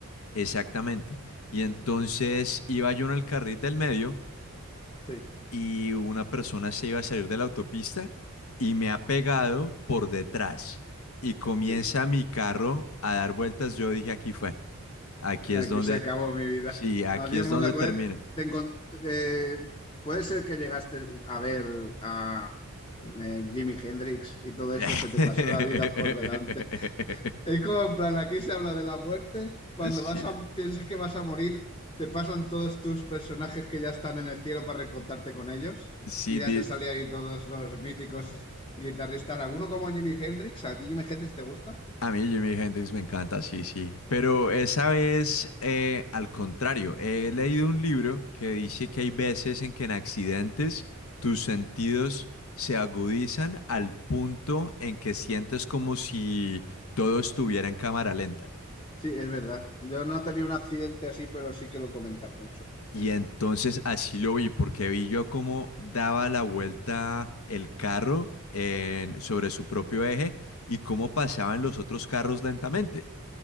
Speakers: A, on the left (about 75°); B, on the left (about 25°).
A: Exactamente. Y entonces iba yo en el carril del medio
B: Sí,
A: y una persona se iba a salir de la autopista y me ha pegado por detrás. Y comienza
B: sí.
A: mi carro a dar vueltas. Yo dije, aquí fue. Aquí es
B: Aquí
A: donde...
B: se acabó mi vida.
A: Sí, aquí
B: Adiós,
A: es
B: mundo.
A: donde
B: acuérdate,
A: termina.
B: Te encon- eh, puede ser que llegaste a ver a eh, Jimi Hendrix y todo
A: <laughs>
B: eso se te pasó la vida por delante. Es como en plan, aquí se habla de la muerte. Cuando
A: Sí,
B: vas a, piensas que vas a morir, te pasan todos tus personajes que ya están en el cielo para recontarte con ellos.
A: sí,
B: Y ya
A: di-
B: te sale ahí todos los míticos guitarristas. ¿Alguno como Jimi Hendrix? ¿A ti Jimi Hendrix te gusta?
A: a mí Jimi Hendrix me encanta, sí, sí. Pero esa vez, eh, al contrario, he leído un libro que dice que hay veces en que en accidentes tus sentidos se agudizan al punto en que sientes como si todo estuviera en cámara lenta.
B: Sí, es verdad. Yo no tenía un accidente así, pero sí que lo comentan mucho.
A: Y entonces así lo vi, porque vi yo cómo daba la vuelta el carro en- sobre su propio eje y cómo pasaban los otros carros lentamente